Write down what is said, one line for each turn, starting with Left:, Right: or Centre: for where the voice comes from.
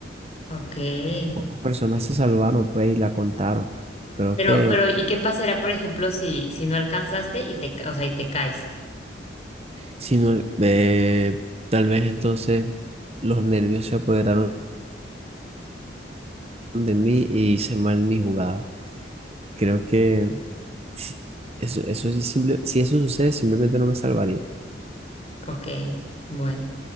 Left: Ok.
Right: Pocas personas se salvaron, pues, y la contaron. Creo
Left: Pero,
Right: que,
Left: pero, ¿y qué pasará, por ejemplo, si, si no alcanzaste y te, ca- o sea, y te caes?
Right: si no, eh, tal vez entonces los nervios se apoderaron de mí y hice mal mi jugada. Creo que si- eso, eso sí simple- si eso sucede, simplemente no me salvaría.
Left: Ok, bueno,